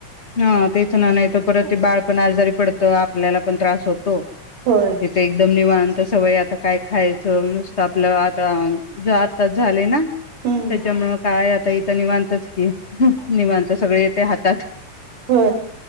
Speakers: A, on the left; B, on the right.
A: हा तेच ना नाही तर परत ते बाळ पण आजारी पडतं आपल्याला पण त्रास होतो.
B: होय..
A: तथे एकदम निवांत सवय आता काय खायचं नुसतं आपलं आता. जातात झाले ना.
B: हम्म
A: त्याच्यामुळं काय आता इथं निवांतच की निवांत सगळे इथे हातात.
B: हो